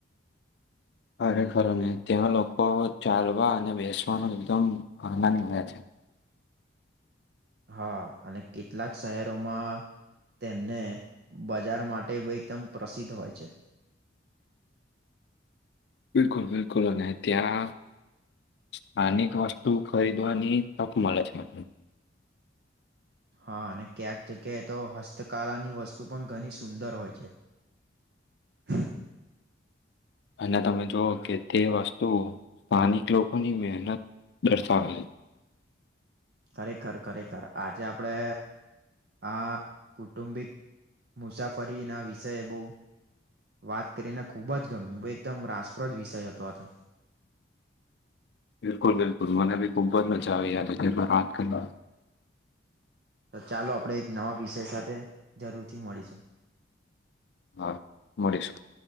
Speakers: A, on the left; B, on the right.
A: ખરેખર નને તે્યાં લોકો ચાલવા અને બેસવાનો એકદમ આનંદ મળ્યા છે.
B: હા અને કેટલાક શહેરોમાં. તેમને બજાર માટે એકદમ પ્રસિદ્ધ હોય છે.
A: બિલકુલ બિલકુલ અને ત્યાં. સ્થાનિક વસ્તુ ખરીદવાની તક મળે છેને.
B: હા અને ક્યાંક જગ્યાએ તો હસ્તકલાની વસ્તુ પણ ઘણી સુંદર હોય છે. હ.
A: અને તમે જો કે તે વસ્તુ સ્થાનિક લોકોની મહેનત. દરસા.
B: ખરેખર ખરેખર આજે આપડે. આ કુટુંબિક મુસાફરીના વિષય બહુ. વાત કરીને ખૂબ જ ગમી એકદમ રાસપ્રદ વિષય હતો આ તો.
A: બિલકુલ બિલકુલ મને બી ખૂબ જ મજ આવી ાર છે વાત કરના.
B: તો ચાલો આપણેે એક નવા વિષય સાથે જરૂરથી મળીશું.
A: હા મળીશું.